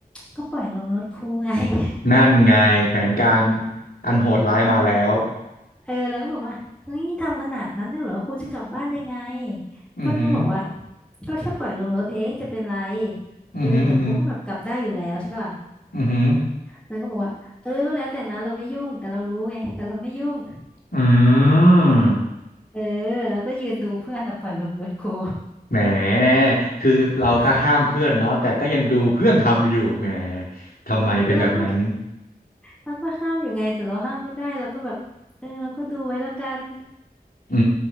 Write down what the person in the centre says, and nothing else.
ก็ปล่อยลมรถครูไง <laughs>
เออแล้วก็บอกว่าเฮ้ยทำขนาดนั้นเลยเหรอครูจะกลับบ้านยังไงเพื่อนก็บอกว่า
ก็แค่ปล่อยลมรถเองจะเป็นไร
เออเดี๋ยวครูก็แบบกลับได้อยู่แล้วใช่ปะล่ะ
แล้วก็บอกว่าเออก็แล้วแต่นะเราไม่ยุ่งแต่เรารู้ไงแต่เราไม่ยุ่ง
เออแล้วก็ยืนดูเพื่อนน่ะปล่อยลมรถครู
<laughs>
เราก็เราก็ห้ามอยู่ไงแต่เราห้ามไม่ได้เราก็แบบเออเราก็ดูไว้แล้วกัน